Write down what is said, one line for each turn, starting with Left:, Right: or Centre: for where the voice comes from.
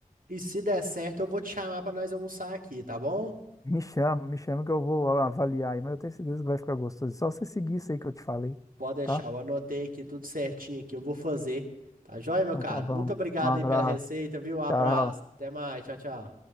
Right: e se der certo, eu vou te chamar pra nós almoçar aqui, tá bom?
Left: Me chama, me chama que eu vou avaliar aí, mas eu tenho certeza que vai ficar gostoso. Só você seguir isso aí que eu te falei,
Right: Pode deixar,
Left: tá?
Right: eu anotei aqui tudo certinho aqui, eu vou fazer. Tá joia, meu
Left: Então
Right: caro?
Left: tá bom.
Right: Muito obrigado
Left: Um abraço.
Right: aí pela receita, viu? Abraço,
Left: Tchau.
Right: até mais, tchau, tchau.